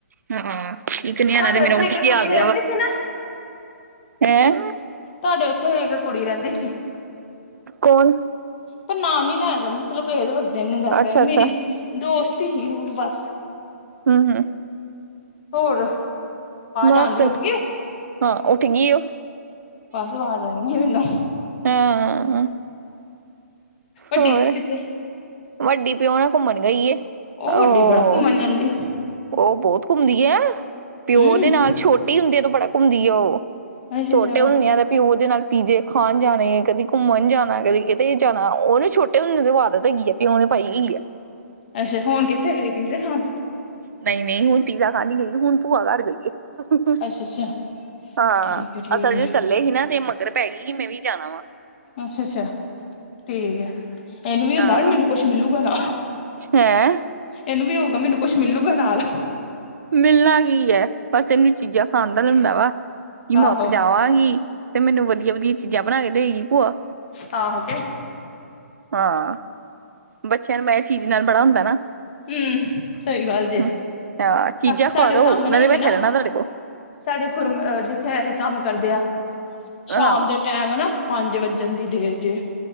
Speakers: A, on the right; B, on the left.
A: ਹਾਂ, ਇੱਕ ਨਿਆਣਾ
B: ਤੁਹਾਡੇ
A: ਤੇ ਮੇਰਾ
B: ਉੱਥੇ
A: ਉੱਠਕੇ
B: ਇੱਕ ਕੁੜੀ
A: ਆਗਿਆ
B: ਰਹਿੰਦੀ
A: ਵਾ।
B: ਸੀ ਨਾ
A: ਹੈਂ?
B: ਤੁਹਾਡੇ ਉੱਥੇ ਇੱਕ ਕੁੜੀ ਰਹਿੰਦੀ ਸੀ।
A: ਕੋਣ?
B: ਪਰ ਨਾਮ ਨੀ ਲਿਆ ਜਾਂਦਾ, ਚਲੋ ਕਿਹੇ ਹੋਰ ਦਿਨ ਨੂੰ ਗੱਲ
A: ਅੱਛਾ
B: ਕਰਾਂਗੇ,
A: ਅੱਛਾ
B: ਮੇਰੀ ਦੋਸਤ ਹੀ ਬਸ।
A: ਹੂੰ, ਹੂੰ
B: ਹੋਰ।
A: ਬਸ,
B: ਆਉਂਦੀ ਉੱਠ ਗਈ ਉਹ
A: ਹਾਂ ਉੱਠਗੀ, ਉਹ।
B: ਬਸ ਆਵਾਜ਼ ਆਗਈ ਆ, ਮੈਨੂੰ।
A: ਹਾਂ
B: ਵੱਡੀ
A: ਹੋਰ
B: ਕਿੱਥੇ
A: ਵੱਡੀ ਪਿਓ ਨਾ ਘੁੰਮਣ ਗਈ ਹੈ।
B: ਵੱਡੀ
A: ਉਹ
B: ਬੜਾ ਘੁੰਮਣ ਜਾਂਦੀ
A: ਉਹ ਬਹੁਤ ਘੁੰਮਦੀ ਆ
B: ਹਮ
A: ਪਿਓ ਦੇ ਨਾਲ ਛੋਟੇ ਛੋਟੀ ਹੁੰਦੀ ਆ ਬੜਾ ਘੁੰਮਦੀ ਆ ਉਹ
B: ਅੱਛਾ
A: ਛੋਟੇ
B: ਅੱਛਾ
A: ਹੁੰਦੇ ਆ ਤੇ ਪਿਓ ਦੇ ਨਾਲ ਪੀਜੇ ਖਾਣ ਜਾਣੇ ਕਦੀ ਘੁੰਮਣ ਜਾਣਾ ਕਦੀ ਕਿਤੇ ਜਾਣਾ ਉਹਨੇ ਛੋਟੇ ਹੁੰਦੇ ਦੀ ਆਦਤ ਹੈਗੀ ਹੈ ਪਿਓ ਨੇ ਪਾਈ ਹੋਈ ਹੈ।
B: ਅੱਛਾ ਹੁਣ ਕਿੱਥੇ ਗਏ ਪੀਜੇ ਖਾਣ
A: ਨਹੀਂ ਨਹੀਂ ਉਹ ਪੀਜ਼ਾ ਖਾਣ ਗਈਆਂ ਹੁਣ ਭੂਆ ਘਰ ਗਈ ਹੈ।
B: ਅੱਛਾ ਅੱਛਾ
A: ਹਾਂ
B: ਠੀਕ ਹੈ ਠੀਕ
A: ਅਸਲ
B: ਹੈ
A: ਇਹ ਚੱਲੇ ਸੀ ਨਾ ਤੇ। ਮਗਰ ਪੈ ਗਈ ਮੈਂ ਵੀ ਜਾਣਾ ਵਾ।
B: ਅੱਛਾ ਅੱਛਾ ਠੀਕ ਹੈ। ਇਹਨੂੰ ਵੀ ਹੁੰਦਾ
A: ਹਾਂ
B: ਮੈਨੂੰ ਕੁਛ ਮਿਲੂਗਾ ਨਾਲ।
A: ਹੈਂ
B: ਇਹਨੂੰ ਵੀ ਹੋਊਗਾ ਮੈਨੂੰ ਕੁਛ ਮਿਲੂਗਾ ਨਾਲ।
A: ਮਿਲਣਾ ਹੀ ਹੈ ਬਸ ਇਹਨੂੰ ਚੀਜ਼ਾਂ ਖਾਂਦਾ ਰਹਿੰਦਾ ਵਾ। ਕੀ ਮੈਂ
B: ਆਹੋ
A: ਉੱਥੇ ਜਾਵਾਂਗੀ ਤੇ ਮੈਨੂੰ ਵਧੀਆ ਵਧੀਆ ਚੀਜ਼ਾਂ ਬਣਾ ਕੇ ਦਏਗੀ ਭੂਆ।
B: ਹਾਂ ਹੋ ਕੇ
A: ਹਾਂ। ਬੱਚਿਆਂ ਨੂੰ ਮੈਂ ਚੀਜ਼ ਨਾਲ ਬੜਾ ਹੁੰਦਾ ਨਾ
B: ਹਮ ਸਹੀ ਗੱਲ ਜੇ
A: ਹੂ। ਚੀਜ਼ਾਂ
B: ਸਾਡੇ
A: ਖਵਾ ਦੋ
B: ਸਾਹਮਣੇ
A: ਮੈਂ ਵੀ
B: ਹੈਗੀ
A: ਬੈਠੇ
B: ਨਾ
A: ਰਹਿਣਾ ਤੁਹਾਡੇ ਕੋਲ।
B: ਸਾਡੇ ਖੁਰਮ ਜਿੱਥੇ ਅਸੀਂ ਕੰਮ ਕਰਦੇ ਹਾਂ। ਸ਼ਾਮ
A: ਹਾਂ
B: ਦੇ ਟੈਮ ਹੈ ਨਾ ਪੰਜ ਵੱਜਣ ਦੀ ਦੇਰ ਚ